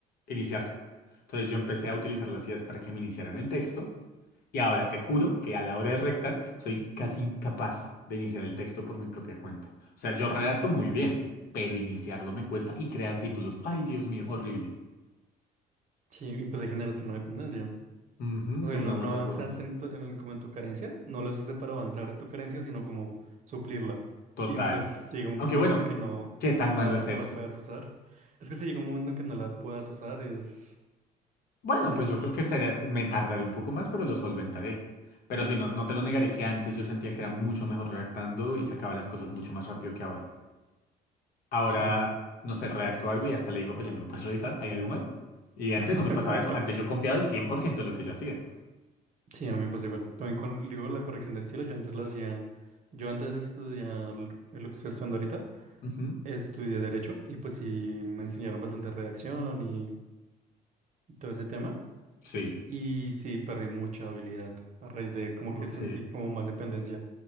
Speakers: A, on the left (about 65°); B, on the right (about 45°).
A: iniciarlo. Entonces yo empecé a utilizar las ideas para que me iniciaran el texto, y ahora te juro que a la hora de redactar soy casi incapaz de iniciar el texto por mi propia cuenta. O sea, yo redacto muy bien, pero iniciarlo me cuesta y crear títulos. Ay, Dios mío, horrible.
B: Sí, y pues ahí generas una dependencia.
A: Ujú,
B: O sea,
A: de una
B: no,
A: u
B: no
A: otra
B: avanzaste
A: forma.
B: en tu- en el- como en tu carencia, no lo usaste para avanzar en tu carencia, sino como suplirla.
A: Total.
B: Y pues llega un
A: Aunque
B: momento
A: bueno,
B: en que no,
A: ¿qué tan
B: no la,
A: malo es
B: no
A: eso?
B: la puedas usar. Es que si llega un momento en que no la puedas usar, es,
A: Bueno,
B: es,
A: pues yo creo que sería- me tardaré un poco más, pero lo solventaré. Pero sí, no, no te lo negaré que antes yo sentía que era mucho mejor redactando y sacaba las cosas mucho más rápido que ahora. Ahora,
B: sí.
A: no sé, redacto algo y hasta le digo, oye, ¿me lo puedes revisar? ¿Hay algo mal? Y antes
B: <laughs>
A: no me pasaba eso. Antes yo confiaba el cien por ciento de lo que yo hacía.
B: Sí, a mí me pasa igual. También con, digo, la corrección de estilo, yo antes la hacía, yo antes de estudiar lo que estoy estudiando ahorita,
A: Ujú.
B: estudié Derecho y pues sí me enseñaron bastante redacción y y todo ese tema.
A: Sí,
B: Y sí, perdí mucha habilidad a raíz de como que
A: ok,
B: sentí como más dependencia